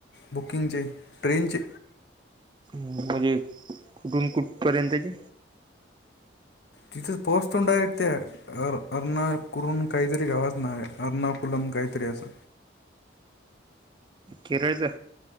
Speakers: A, on the left; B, on the right.
A: बुकिंगचे ट्रेनचे
B: म्हणजे कुठून कुठपर्यंतची
A: तिथच पोस्तडारक् त्या अ अर्णा कुरून काहीतरी गावात नाव अर्णाकुलम काहीतरी असं.
B: केरळच